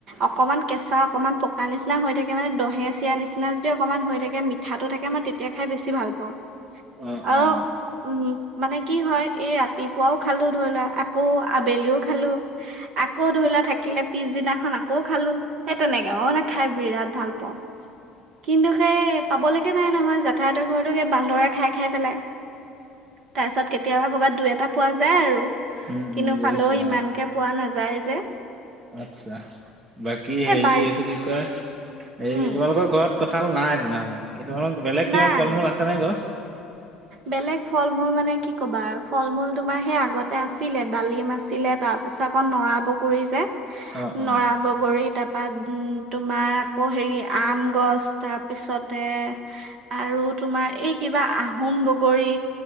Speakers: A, on the right; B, on the right.
A: অকমান কেঁচা, অকনমান পকা নিচিনা হৈ থাকে মানে দহে চিৰা নিচিনা যদি অকনমান হৈ থাকে, মিঠাটো থাকে মানে তেতিয়া খাই বেছি ভাল পাওঁ।
B: অঁ
A: আৰু
B: অঁ
A: উম মানে কি হয় এই ৰাতিপুৱাও খালো ধৰি লোৱা আকৌ আবেলিও খালো, আকৌ ধৰি লোৱা থাকিলে পিছদিনাখন আকৌ খালো। সেই তেনেকে মই মানে খাই বিৰাট ভাল পাওঁ। কিন্তু সেই পাবলৈকে নাই নহয়। জেঠাই ঘৰতো এই বান্দৰে খাই খাই পেলাই। তাৰ পিছত কেতিয়াবা কৰ'বাত দুই এটা পোৱা যায় আৰু।
B: উম
A: কিন্তু
B: উম বুজিছো
A: পালেওঁ ইমানকে
B: অঁ
A: পোৱা নাযায় যে।
B: আচ্ছা বাকী হেৰি
A: এ বাৰ
B: এইটো কি কয় এই
A: উম
B: তোমালোকৰ ঘৰত কঠাল নাই তেনেহ'লে বেলেগ
A: নাই।
B: কিবা ফল-মূল আছে নে গছত?
A: বেলেগ ফল-মূল মানে কি ক'বা আৰু ফল-মূল তোমাৰ সেই আগতে আছিলে, ডালিম আছিলে‌। তাৰ পিছত আকৌ নৰা বগৰী যে
B: অঁ
A: নৰা
B: অঁ
A: বগৰী। তাৰপা উম', তোমাৰ আকৌ হেৰি আম গছ তাৰ তাৰ পিছতে আৰু তোমাৰ এই কিবা আহোম বগৰী,